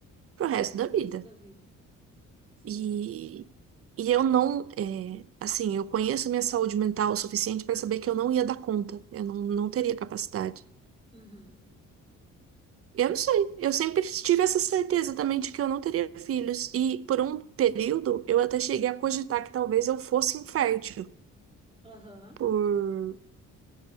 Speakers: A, on the right; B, on the right.
A: pro
B: Aham,
A: resto da
B: pro
A: vida.
B: resto da vida. Sim.
A: E e eu não, é, assim, eu conheço minha saúde mental o suficiente pra saber que eu não ia dar conta, eu não, não teria capacidade.
B: Uhum.
A: Eu não sei. Eu sempre tive essa certeza também de que eu não teria filhos. E por um período eu até cheguei a cogitar que talvez eu fosse infértil.
B: Aham.
A: Por,